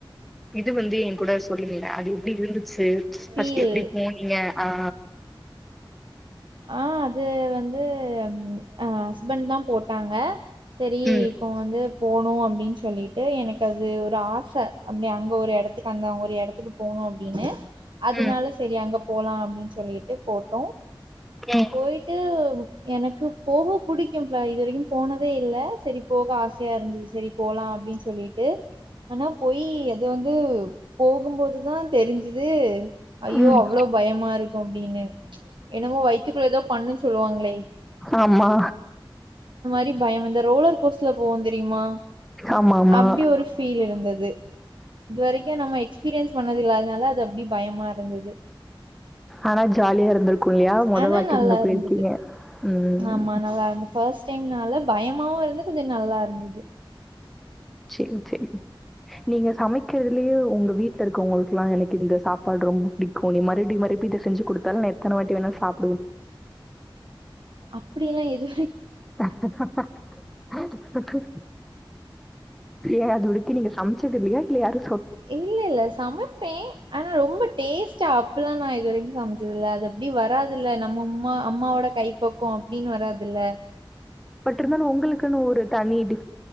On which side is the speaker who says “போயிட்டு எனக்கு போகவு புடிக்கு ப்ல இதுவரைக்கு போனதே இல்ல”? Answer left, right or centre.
Right